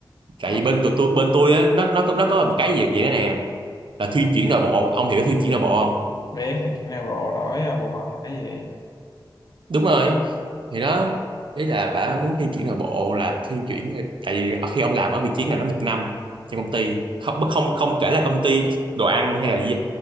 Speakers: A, on the right; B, on the left.
A: tại
B: Ờ,
A: vì bên tụi tôi bên tôi á nó nó có- nó có một cái gì vậy đó nè là thuyên chuyển nội bộ ông hiểu thuyên chuyển nội bộ
B: biết thì chuyện này bộ đổi à, bộ phận là cái gì
A: đúng rồi thì đó đấy là bà muốn thiên chuyển nội bộ là thiên chuyển tại vì khi ông làm ở vị trí này nó một năm trong công ty không bất- không không kể là công ty đồ ăn hay là gì-